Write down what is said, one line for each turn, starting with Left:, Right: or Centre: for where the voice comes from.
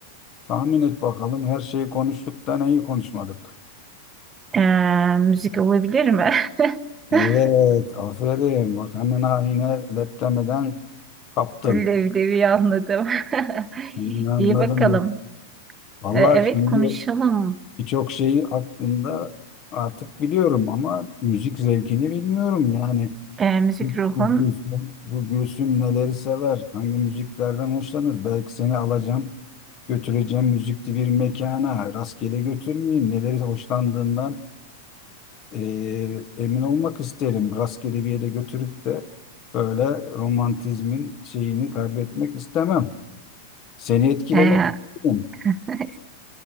Left: Tahmin et bakalım her şeyi konuştuk da neyi konuşmadık?
Right: Ee, müzik olabilir mi? <laughs>
Left: Evet aferin bak hemen ha yine leptemeden kaptın.
Right: Leblebi anladım. <laughs>
Left: Hemen Anladım.
Right: İyi bakalım.
Left: ben. Vallahi
Right: Ee, evet
Left: şimdi
Right: konuşalım.
Left: birçok şeyi aklımda artık biliyorum ama müzik zevkini bilmiyorum yani.
Right: Ee, müzik
Left: Bu,
Right: ruhun.
Left: bu Gülsüm, bu Gülsüm neleri sever? Hangi müziklerden hoşlanır? Belki seni alacağım, götüreceğim müzikli bir mekana. Rastgele götürmeyeyim. Neleri hoşlandığından eee, emin olmak isterim. Rastgele bir yere götürüp de böyle romantizmin şeyini kaybetmek istemem. Seni etkilemek
Right: Ee, <laughs>
Left: isterim.